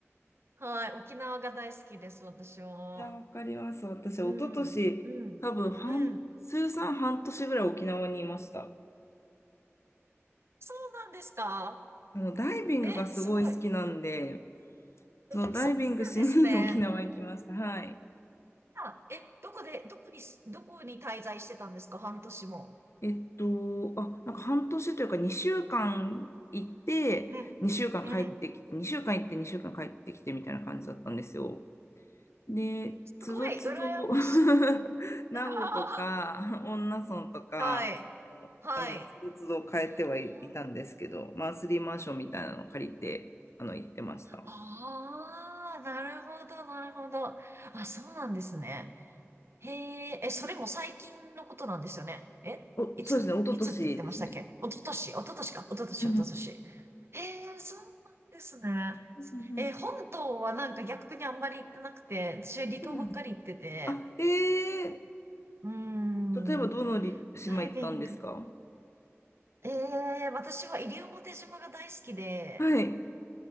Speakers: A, on the right (about 60°); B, on the left (about 65°).
A: <laughs> はい、沖縄が大好きです、私は。
B: じゃあ、わかります。私、
A: うん、
B: 一昨年、
A: うん、
B: 多分半、
A: うん。
B: 通算半年ぐらい沖縄にいました。
A: そうなんですか
B: あの、ダイビングがすごい好きなんで、
A: え、すごい。え
B: そのダイビングしに
A: そうなんですね。
B: <laughs> 沖縄行きました。はい。
A: あ、え、どこで、どこに、どこに滞在してたんですか半年も。
B: えっと、あ、なんか半年というか、2週間行って、
A: うん、
B: 2週間帰ってきて、
A: うん。
B: 2週間行って、2週間帰ってきてみたいな感じだったんですよ。で、
A: すごい、
B: つどつど、
A: 羨ましい。
B: <laughs> 名護とか、
A: あ
B: 恩納村とか、
A: ーはい、はい。
B: あの、つどつど変えてはいいたんですけど、
A: あー
B: マンスリーマンションみたいなのを借りて、あの、行ってました。
A: あー、なるほど、なるほど。あ、そうなんですね。へえ、え、それも最近のことなんですよね。えいつ、
B: お、そうですね、一昨年ですね。
A: いつって言ってましたっけ一昨年、一昨年か。一昨年、
B: うんうん
A: 一昨年。へえ、そうなんですね。
B: うん
A: え、本島はなんか逆にあんまり行ってなくて、私は離島ばっかり行ってて。
B: うんうんあ、ええー
A: うーん、
B: 例えばどのり島行ったんですか
A: ダイビング。ええ、私は西表島が大好きで、
B: はい、